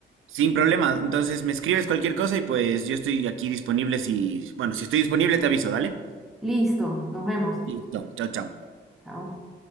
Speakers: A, on the right; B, in the centre.
A: sin problema, entonces me escribes cualquier cosa y pues yo estoy aquí disponible si, bueno, si estoy disponible te aviso, dale.
B: Listo, nos vemos.
A: Listo, chao, chao.
B: Chao.